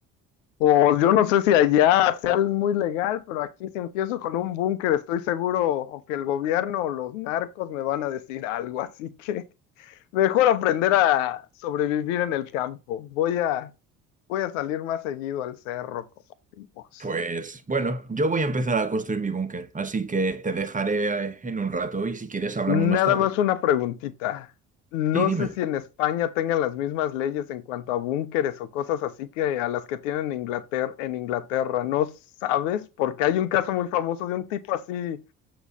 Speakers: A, on the left; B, on the right.
A: O yo no sé si allá sea muy legal, pero aquí si empiezo con un búnker estoy seguro o que el gobierno o los narcos me van a decir algo, así que... Mejor aprender a sobrevivir en el campo. Voy a, voy a salir más seguido al cerro, como decimos.
B: Pues bueno, yo voy a empezar a construir mi búnker, así que te dejaré eh, en un rato y si quieres hablamos
A: Nada
B: más tarde.
A: más una preguntita. No
B: Sí, dime.
A: sé si en España tengan las mismas leyes en cuanto a búnkeres o cosas así que a las que tienen en Inglaterra, en Inglaterra. ¿No sabes? Porque hay un caso muy famoso de un tipo así,